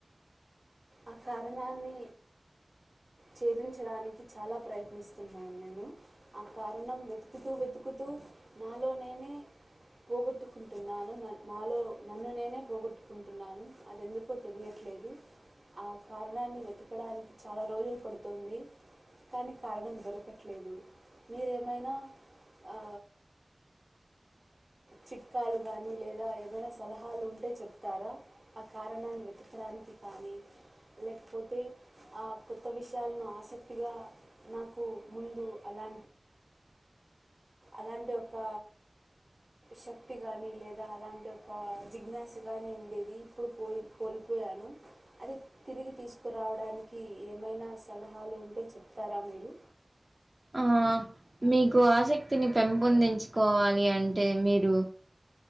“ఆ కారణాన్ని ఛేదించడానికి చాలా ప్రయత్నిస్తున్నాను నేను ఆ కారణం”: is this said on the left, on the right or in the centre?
Right